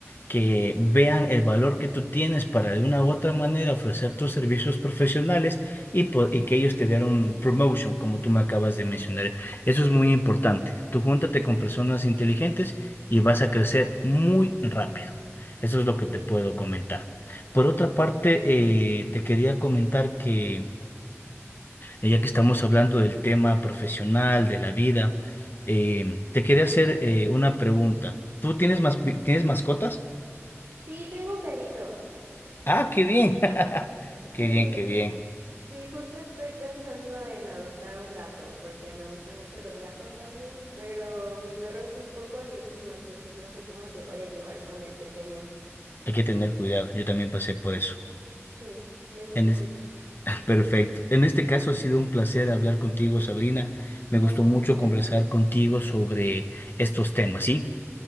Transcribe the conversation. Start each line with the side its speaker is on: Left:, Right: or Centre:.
Left: que vean el valor que tú tienes para de una u otra manera ofrecer tus servicios profesionales y, po- y que ellos te den un promotion, como tú me acabas de mencionar. Eso
Right: Sí,
Left: es muy importante. Tú júntate con personas inteligentes y vas a crecer muy rápido. Eso es lo
Right: sí,
Left: que te puedo comentar. Por otra parte, eh, te quería comentar que eh, Ya que estamos hablando del tema profesional, de la vida, eh, te quería hacer eh, una pregunta. ¿Tú tienes
Right: sí.
Left: mas- tienes mascotas?
Right: Sí, tengo un perrito.
Left: Ah, qué bien. <laughs> Qué
Right: Sí.
Left: bien, qué bien.
Right: Sí, justo estoy pensando en adoptar un gato, porque me gustan mucho los gatos también, pero mi perro es un poco agresivo, entonces no sé cómo se vaya a llevar con el pequeño.
Left: Hay que tener cuidado. Yo también pasé por eso.
Right: Sí, es un
Left: En
Right: poco
Left: es-
Right: difícil.
Left: <laughs> Perfecto. En este caso ha sido un placer hablar contigo, Sabrina. Me
Right: Oh,
Left: gustó
Right: muchas
Left: mucho
Right: gracias.
Left: conversar contigo sobre estos temas, ¿sí?